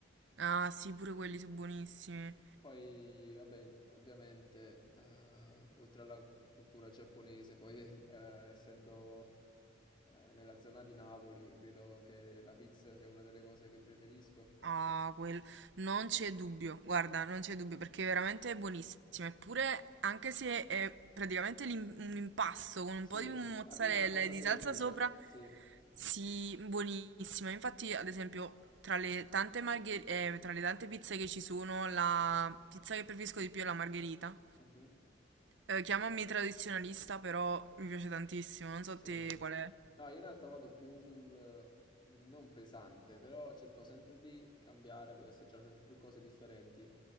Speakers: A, on the right (about 70°); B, on the left (about 25°).
A: Ah, sì, pure quelli sono buonissimi.
B: Poi, vabbè, ovviamente, eh, oltre alla cultura giapponese, poi, <laughs> eh, essendo, eh, nella zona di Napoli, credo che la pizza sia una delle cose che preferisco.
A: Ah, quel... Non c'è dubbio, guarda, non c'è dubbio, perché è veramente buonissimo. Eppure, anche se è praticamente l'im- un impasto con un
B: Sì,
A: po' di mozzarella
B: alla fine è una cosa
A: e di
B: semplice,
A: salsa sopra,
B: sì.
A: sì, buonissima. Infatti, ad esempio, tra le tante marghe- eh, tra le tante pizze che ci sono, la
B: Mhm,
A: pizza che preferisco di più è la margherita.
B: mhm.
A: Eh, chiamami tradizionalista, però mi piace tantissimo. Non so
B: Sì.
A: te qual è.
B: No, io in realtà vado più sul eh, non pesante, però cerco sempre di cambiare, voglio assaggiare sempre più cose differenti